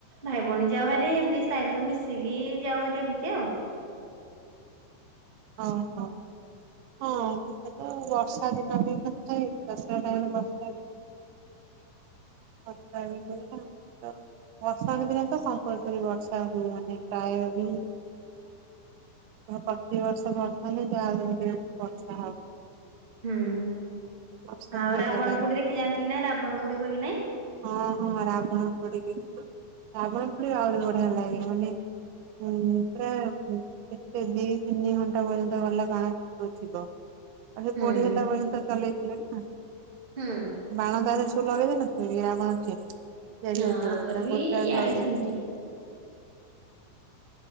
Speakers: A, on the right; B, on the right.
A: ଭାଇ ଭଉଣୀ ଯାଉ ଭାରି। ଏନ୍ତି ସାଇରେ ସବୁ ମିଶିକି ଯାଉ ଭାରି ଏମିତି ଆଉ।
B: ଓହୋ। ହଁ ସେଟା ତ ବର୍ଷାଦିନ ସରି ନ ଥାଏ। ଦଶରା ଟାଇମ ରେ ବର୍ଷା <unintelligible> ବର୍ଷା ଦିନ ତ କମ୍ପୋଲଶୋରି ବର୍ଷା ହୁଏ ମାନେ ପ୍ରାୟ <unintelligible> ପ୍ରତିିବର୍ଷ ବର୍ଷା ହିଁ ଯାହା ହେଲେ ବି ବର୍ଷା ହବ।
A: ହୁଁ ହୁଁ
B: ବର୍ଷା
A: ଆଉ
B: ମଜା
A: ରାବଣ
B: ଲାଗେ।
A: ପୋଡି ଦେଖି ଯାଆନ୍ତି ନା ରାବଣ ପୋଡି ହୁଏ କି ନାଇଁ।
B: ହଁ ହଁ ରାବଣ ପୋଡିକି। ରାବଣ ପୋଡି ଆହୁରି ବଢିଆ ଲାଗେ ମାନେ ହୁଁ ପୁରା ଏତେ ଦି ତିନି ଘଣ୍ଟା ପର୍ଯ୍ୟନ୍ତ ଗଲା ବାଣ ଫୁଟୁ ଥିବ। ଆଉ ସେ
A: ହୁଁ।
B: ପୋଢି ହେଲା ପର୍ଯ୍ୟନ୍ତ ଚଲେଇଥିବେ ନା।
A: ହଁ।
B: ବାଣ ତାଧିରେ ସବୁ ଲଗେଇ ଦେଇନଥିବେ କି ରାବଣ ଠେଇଁ। <unintelligible>
A: ହଁ ଆମର ବି
B: ଗୋଟେ
A: ଇଆଡେ
B: ଲଗେଇଛି।
A: ସେମିତି।